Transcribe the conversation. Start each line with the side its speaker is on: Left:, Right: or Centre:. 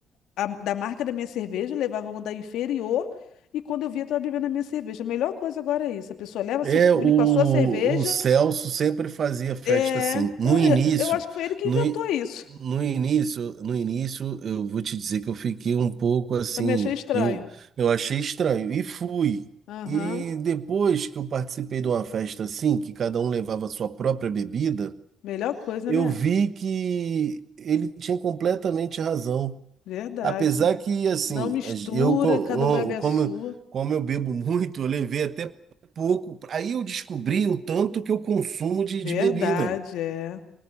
Left: a- da marca da minha cerveja, levava uma da inferior, e quando eu via, estava bebendo a minha cerveja. A melhor coisa agora é isso: a pessoa leva
Right: É,
Left: seu cule
Right: o,
Left: com a sua cerveja.
Right: o Celso sempre fazia festa
Left: É,
Right: assim. No
Left: eu,
Right: início,
Left: eu acho que foi ele que
Right: no,
Left: inventou
Right: in-
Left: isso.
Right: no início, no início, eu vou te dizer que eu fiquei um pouco assim,
Left: Também achei estranho.
Right: eu, eu achei estranho e fui.
Left: Aham,
Right: E depois que eu participei de uma festa assim, que cada um levava a sua própria bebida,
Left: Melhor coisa,
Right: eu
Left: né?
Right: vi que ele tinha completamente razão.
Left: Verdade.
Right: Apesar que, assim,
Left: Não mistura,
Right: eu, co-
Left: cada um bebe
Right: um,
Left: a
Right: como,
Left: sua.
Right: como eu bebo muito, eu levei até pouco. Aí eu descobri o tanto que eu consumo de,
Left: Verdade,
Right: de bebida.
Left: é.